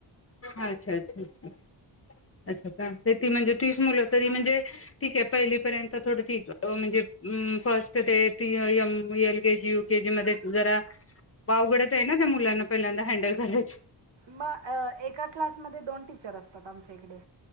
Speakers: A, on the left; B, on the right.
A: ा अच्छा अच्छा अच्छा....... अस का ते ती म्हणजे..... तीच मुलं तरी म्हणजे ठीके पहिलीपर्यंत थोड ठी म्हणजे फर्स्ट ते ती म एल केजी यू केेजी मध्ये जरा अवघडच आहे ना त्या मुलांना पहिल्यांदा हँडल करायच.
B: म अ एका क्लासमध्ये दोन टीचर असतात आमच्या इकडे..